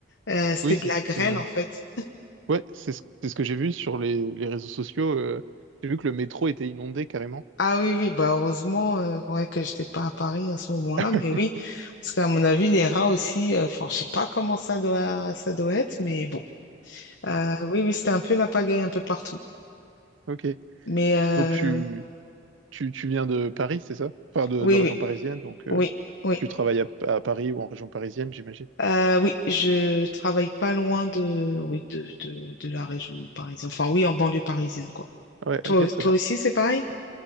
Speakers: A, on the left; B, on the right.
A: Euh, c'était
B: Oui c'est
A: de la
B: ce que
A: grêle en fait.
B: ouais c'est ce, c'est ce que j'ai vu sur les, les réseaux sociaux. euh, j'ai vu que le métro était inondé carrément.
A: Ah oui, oui, bah heureusement euh, ouais, que j'étais pas à Paris à ce moment-là,
B: <laughs>
A: mais oui, parce qu'à mon avis, les rats aussi, euh, enfin, je sais pas comment ça doit, ça doit être, mais bon. Euh, oui, oui, c'était un peu la pagaille un peu partout.
B: Ok.
A: Mais euh,
B: Donc tu, tu, tu viens de Paris, c'est ça? Enfin, de,
A: oui,
B: de région
A: oui,
B: parisienne, donc euh,
A: oui, oui.
B: tu travailles à, à Paris ou en région parisienne, j'imagine.
A: Euh, oui, je travaille pas loin de, oui, de, de, de la région parisienne. Enfin, oui, en banlieue parisienne, quoi.
B: Ouais,
A: Toi,
B: ok, très
A: toi
B: bien.
A: aussi, c'est pareil?